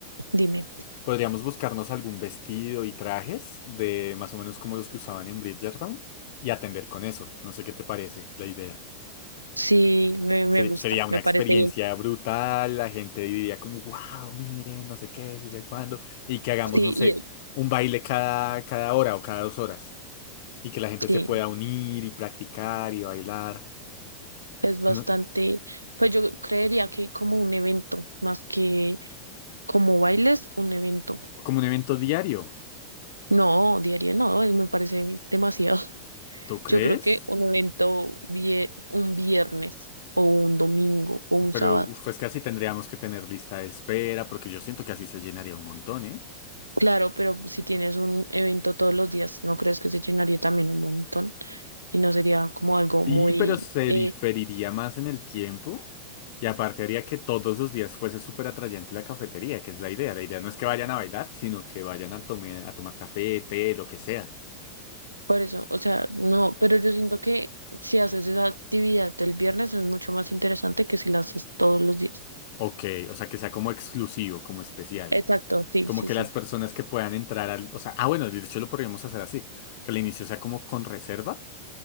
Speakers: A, on the right; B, on the left.
A: Dime.
B: Podríamos buscarnos algún vestido y trajes de más o menos como los que usaban en Bridgerton y atender con eso. No sé qué te parece la idea.
A: Sí, me, me
B: Seri-
A: gusta,
B: Sería una
A: me
B: experiencia
A: parece bien.
B: brutal, la gente diría como, wow, miren, no sé qué, si sé cuándo, y que hagamos,
A: Sí,
B: no sé,
A: y
B: un baile cada, cada hora o cada dos horas, y que la gente
A: sí,
B: se pueda unir y practicar y bailar,
A: es bastante,
B: No-
A: pues yo creería que como un evento más que Como bailes, un evento.
B: como un evento diario,
A: No, diario no, es- me parece demasiado. <laughs>
B: ¿tú crees?
A: Yo creo que un evento vie- un viernes o un domingo o un
B: Pero
A: sábado.
B: uf, es que así tendríamos que tener lista de espera, porque yo siento que así se llenaría un montón, ¿eh?
A: Claro, pero si tienes un evento todos los días, ¿no crees que se llenaría también un montón? Y no sería como algo
B: Y
A: muy...
B: pero se
A: eh,
B: diferiría más en el tiempo. Y aparte haría que todos los días fuese súper atrayente la cafetería, que es la idea. La idea no es que vayan a bailar, sino que vayan a, tome- a tomar café, té, lo que sea.
A: por eso, o sea, no, pero yo siento que si haces esa actividad el viernes es mucho más interesante que si la haces todos los días.
B: Ok, o sea, que sea como exclusivo, como especial.
A: Exacto, sí,
B: Como
A: sí,
B: que
A: sí.
B: las personas que puedan entrar al... O sea, ah, bueno, de hecho lo podríamos hacer así. Que al inicio sea como con reserva,